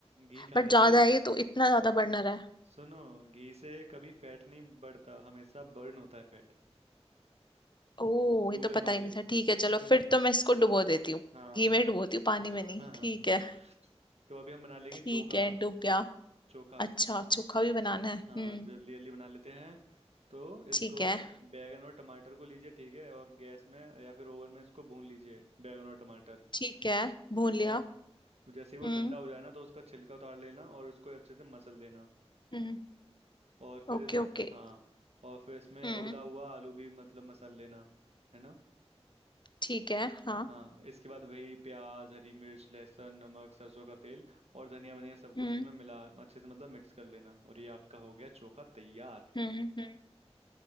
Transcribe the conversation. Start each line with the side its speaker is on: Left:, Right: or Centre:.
Right: घी खाने
Left: बट ज्यादा
Right: से
Left: है ये तो इतना ज्यादा बर्नर है
Right: सुनो घी से कभी फैट नहीं बढ़ता हमेशा बर्न होता है फैट
Left: ओह
Right: गूगल
Left: ये तो पता
Right: मारिए
Left: ही नहीं था ठीक है चलो
Right: हम्म,
Left: फिर तो मैं इसको डुबो देती हूँ
Right: हाँ
Left: घी में डुबोती हूँ पानी में नहीं
Right: हाँ हाँ
Left: ठीक है
Right: तो अभी हम बना लेंगे
Left: ठीक
Right: चोखा
Left: है डूब गया
Right: चोखा
Left: अच्छा चोखा भी बनाना है
Right: हाँ
Left: हम्म
Right: जल्दी जल्दी बना लेते हैं तो इसको
Left: ठीक है
Right: बैगन और टमाटर को लीजिए ठीक है और गैस में या फिर ओवन में इसको भून लीजिए बैगन और टमाटर
Left: ठीक है भून
Right: ठीक
Left: लिया
Right: है तो जैसे ही वो
Left: हम्म
Right: ठंडा हो जाए ना तो उसका छिलका उतार लेना और उसको अच्छे से मसल देना
Left: हम्म
Right: और फिर
Left: Okay
Right: इस
Left: okay
Right: हाँ और फिर इसमें
Left: हम्म
Right: उबला हुआ आलू भी मतलब मसल लेना है ना
Left: ठीक है हाँ
Right: हाँ इसके बाद वही प्याज हरी मिर्च लहसुन नमक सरसों का तेल और धनिया वनिया सब कुछ
Left: हम्म
Right: इसमें मिला अच्छे से मतलब मिक्स कर लेना और ये आपका हो गया चोखा तैयार
Left: हम्म हम्म